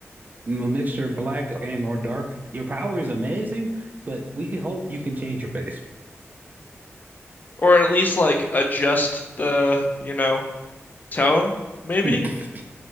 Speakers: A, on the right; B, on the left.
A: M- Mr. Black and or Dark, your power is amazing, but we can hope you can change your face.
B: Or at least like adjust the, you know, tone, maybe?
A: Hmm.